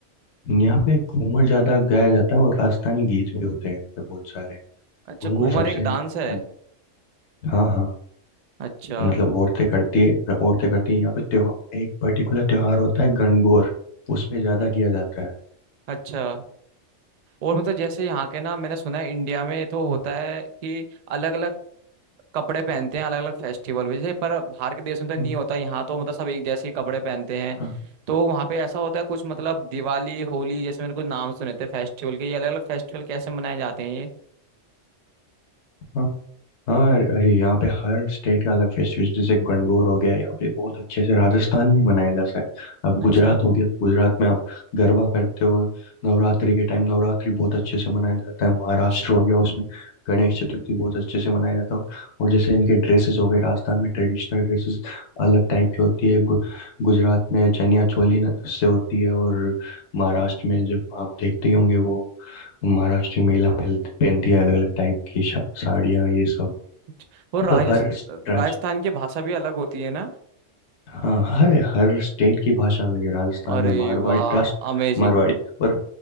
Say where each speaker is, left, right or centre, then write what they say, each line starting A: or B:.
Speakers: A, on the left; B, on the right.
A: यहाँ पे घूमर ज्यादा गाया जाता है और राजस्थानी गीत भी होते हैं यहाँ पे बहुत सारे
B: अच्छा
A: घूमर
B: घूमर
A: सबसे
B: एक डांस है
A: अ, हाँ हाँ
B: अच्छा
A: मतलब औरतें करती है औरतें करती है यहाँ पे त्योहार एक पर्टिकुलर त्योहार होता है गणगौर उसमें ज्यादा किया जाता है
B: अच्छा और मतलब जैसे यहाँ के ना मैंने सुना है इंडिया में तो होता है कि अलग अलग कपड़े पहनते हैं अलग अलग फेस्टिवल में जैसे पर बाहर के देश में तो
A: हाँ
B: नहीं होता यहाँ तो मतलब सब एक जैसे ही कपड़े पहनते हैं
A: हाँ
B: तो वहाँ पे ऐसा होता है कुछ मतलब दिवाली होली जैसे मैंने कुछ नाम सुने थे फेस्टिवल के ये अलग अलग फेस्टिवल कैसे मनाए जाते हैं ये
A: हाँ। हाँ अरे अरे, यहाँ पे हर स्टेट का अलग फेस्टिवल जैसे गणगौर हो गया यहाँ पे बहुत अच्छे से राजस्थान में मनाया जाता है अब
B: अच्छा
A: गुजरात हो गया गुजरात में आप गरबा करते हो नवरात्रि के टाइम नवरात्रि बहुत अच्छे से मनाया जाता है महाराष्ट्र
B: अच्छा
A: हो गया उसमें गणेश चतुर्थी बहुत अच्छे से मनाया जाता है और जैसे इनके ड्रेसेस हो गए राजस्थान में ट्रेडिशनल ड्रेसेस अलग टाइप की होती है गु, गुजरात में चनिया चोली न- से होती है और महाराष्ट्र में जब आप देखते ही होंगे वो महाराष्ट्र की महिला पहल- पहनती है अलग अलग टाइप की शा- साड़ियाँ ये सब
B: अच्छा और
A: मतलब
B: राजस-
A: हर राज्य
B: राजस्थान की भाषा भी अलग होती है ना
A: हाँ हर हर स्टेट की भाषा अलग है राजस्थान
B: अरे
A: में मारवाड़ी
B: वाह
A: राष्ट्र
B: अमेजिंग
A: मारवाड़ी और